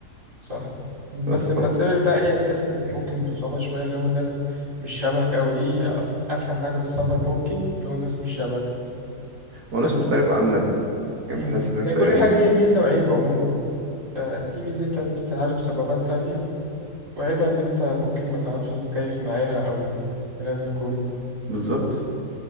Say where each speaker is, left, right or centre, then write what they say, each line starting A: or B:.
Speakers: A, on the right (about 45°); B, on the right (about 60°).
A: صح صح بس
B: فانت طبعا
A: لما تسافر بقى ايه تحس ممكن بصعوبة شوية اللي هم الناس مش شبهك أو دي أرخم حاجة في السفر ممكن اللي هو الناس مش شبهك
B: هو ناس
A: فأنت
B: مختلفة
A: بتبقى-
B: عنك يعني
A: مم.
B: بتحس ان انت
A: هي كل
B: غريب
A: حاجة ليها ميزة وعيب عموما فدي ميزتها إن أنت تتعلم ثقافات تانية وعيبها إن أنت ممكن ما تعرفش تتكيف معاها أو الكلام ده كله
B: بالظبط